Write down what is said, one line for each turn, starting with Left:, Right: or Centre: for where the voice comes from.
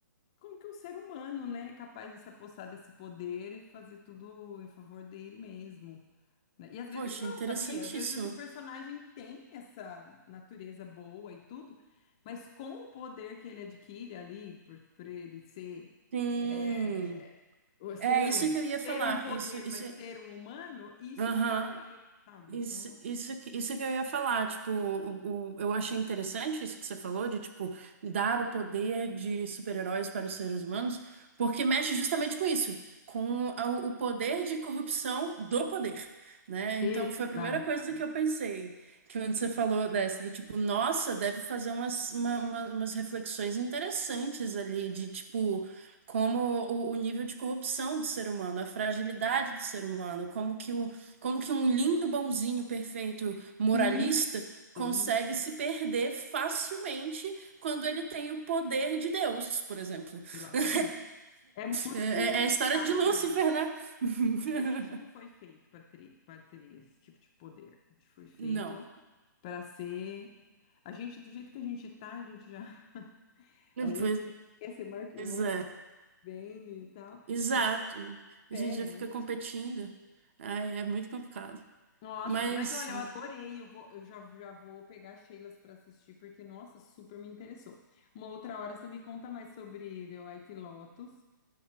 Left: Como que um ser humano, né, é capaz de se apossar desse poder e fazer tudo em favor dele mesmo, né? E às vezes
Right: Poxa,
Left: não,
Right: interessantíssimo.
Left: sabia? Às vezes o personagem tem essa natureza boa e tudo, mas com o poder que ele adquire ali, por, por ele ser,
Right: Sim.
Left: é, o- ser
Right: É isso
Left: um,
Right: que eu ia falar.
Left: ter um poder,
Right: Isso, isso.
Left: mas
Right: é,
Left: ser um humano, isso
Right: Aham.
Left: estraga ele, sabe?
Right: Isso,
Left: Então,
Right: isso, que- isso que eu ia falar, tipo, o, o- eu achei interessante isso que você falou, de, tipo, dar o poder de super-heróis para os seres humanos, porque mexe justamente com isso, com a- o poder de corrupção do poder, né?
Left: exato.
Right: Então, foi a primeira coisa que eu pensei, que quando você falou dessa, do tipo, nossa, deve fazer umas, uma- uma- umas reflexões interessantes ali, de, tipo... Como o, o nível de corrupção do ser humano, a fragilidade do ser humano, como que o, como que um lindo, bonzinho, perfeito moralista
Left: Isso,
Right: consegue
Left: isso,
Right: se perder facilmente quando ele tem o poder de Deus, por exemplo?
Left: exatamente.
Right: <laughs>
Left: É muito
Right: É é a história
Left: frágil.
Right: de Lúcifer, né? <laughs>
Left: A gente não foi feito para ter, para ter esse tipo de poder. A gente foi feito
Right: Não.
Left: para ser. A gente, do jeito que a gente tá, a gente já, <laughs> a gente
Right: Pois
Left: já quer ser maior que
Right: é,
Left: o outro, bem e tal.
Right: exato.
Left: E pé,
Right: A gente
Left: né?
Right: já fica competindo. Ai, é muito complicado.
Left: Nossa,
Right: Mas,
Left: mas olha, eu adorei. Eu vou, eu já, já vou pegar Sheilas para assistir, porque, nossa, super me interessou. Uma outra hora você me conta mais sobre The White Lotus.